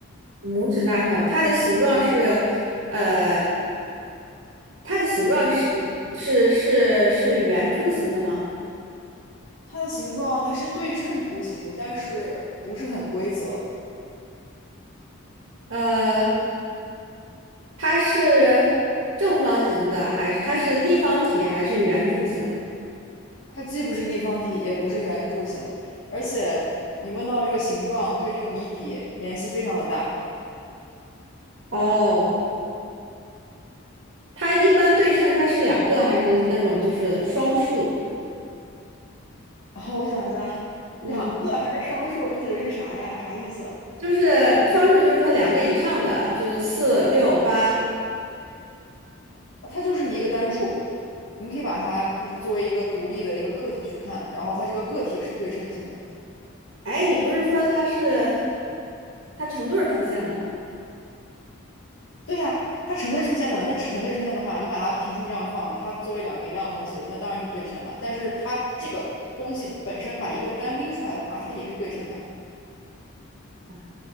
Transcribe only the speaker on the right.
拇指大小，它的形状是，呃，它的形状是是是是圆柱形的吗？
呃，它是正方形的，还是它是立方体，还是圆柱形？
哦，它一般对称，它是两个，还是那种就是双数？
嗯，
就是双数，就是说两个以上的，就是四六八。
哎，你不是说它是它成对儿出现的吗？
啊？